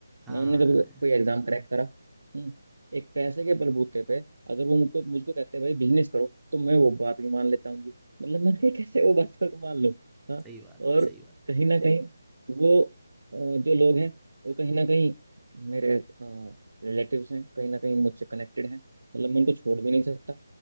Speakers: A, in the centre; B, on the right.
A: हाँ
B: ना उन्होंने
A: हाँ
B: कभी
A: नहीं,
B: कोई एग्जाम क्रैक करा हम्म एक पैसे के बलबूते पे अगर वो मुझको मुझको कहते हैं भाई बिजनेस करो तो मैं वो बात भी मान लेता हूं उनकी मतलब मैं कहा, कैसे वो बात को मान लूं हाँ
A: सही बात है
B: और
A: सही बात है
B: कहीं ना कहीं वो अ, जो लोग हैं वो कहीं ना कहीं मेरे रिलेटिव्स हैं कहीं ना कहीं मुझसे कनेक्टेड हैं मतलब मैं उनको छोड़ भी नहीं सकता